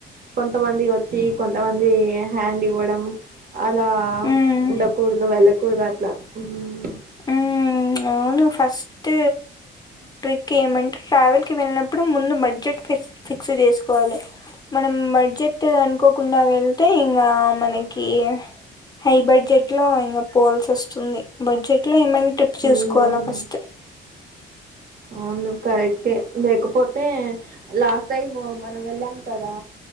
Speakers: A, on the right (about 50°); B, on the left (about 20°).
A: కొంతమంది వచ్చి, కొంతమంది హ్యాండ్ ఇవ్వడం అలా
B: మ్మ్
A: ఉండకూడదు వాళ్ల. కూడదట్ల మ్మూ
B: మ్మూ అవును, ఫస్ట్ ట్రిక్ ఏమంటే ట్రావెల్ కి వెళ్ళినప్పుడు ముందు బడ్జెట్ ఫిష్ ఫిక్స్ చేసుకోవాలి. మనం బడ్జెట్ అనుకోకుండా వెళ్తే, ఇంగ మనకి హై బడ్జెట్ లో ఇంగ పోవాల్సి వస్తుంది. బడ్జె ట్ ఏమన్ ట్రిప్ చుసుకోవాలా
A: మ్మ్
B: ఫస్ట్
A: అవును, కరెక్టే లేకపోతే లాస్ట్ టైము మనం వెళ్ళాం కదా.